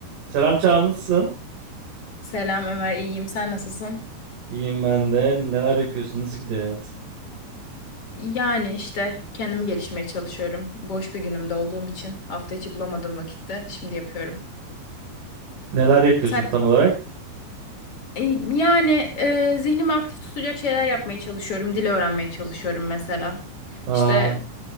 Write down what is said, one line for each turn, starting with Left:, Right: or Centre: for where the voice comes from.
Right: Selam Çağla nasılsın?
Left: Selam Ömer, iyiyim. Sen nasılsın?
Right: İyiyim ben de. Neler yapıyorsun? Nasıl gidiyor hayat?
Left: Yani işte kendimi gelişmeye çalışıyorum. Boş bir günümde olduğum için hafta içi bulamadığım vakitte şimdi yapıyorum.
Right: Neler yapıyorsun
Left: Sen
Right: tam olarak?
Left: E, yani e, zihnimi aktif tutacak şeyler yapmaya çalışıyorum. Dil öğrenmeye çalışıyorum mesela.
Right: Aa,
Left: İşte